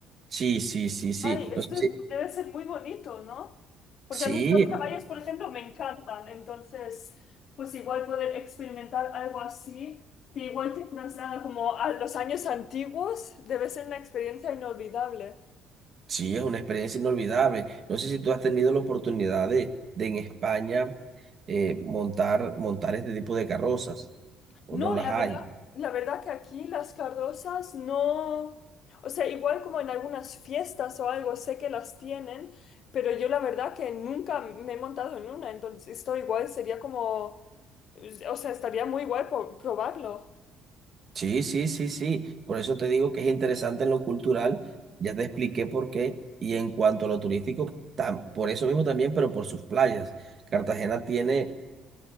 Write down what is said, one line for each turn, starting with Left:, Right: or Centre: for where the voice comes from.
Right: Sí, sí, sí, sí.
Left: Ay, esto
Right: No sé si-
Left: es- debe ser muy bonito, ¿no? Porque
Right: Sí,
Left: a mí los caballos, por ejemplo, me encantan. Entonces, pues igual poder experimentar algo así, que igual te traslada como a los años antiguos, debe ser una experiencia inolvidable.
Right: Sí, es una experiencia inolvidable. No sé si tú has tenido la oportunidad de, de en España eh, montar, montar este tipo de carrozas o
Left: No,
Right: no las
Left: la
Right: hay.
Left: verdad, la verdad que aquí las cardosas no, o sea, igual como en algunas fiestas o algo, sé que las tienen, pero yo la verdad que nunca me he montado en una, entonces esto igual sería como, o sea, estaría muy guay po- probarlo.
Right: Sí, sí, sí, sí. Por eso te digo que es interesante en lo cultural. Ya te expliqué por qué. Y en cuanto a lo turístico, tam- por eso mismo también, pero por sus playas. Cartagena tiene,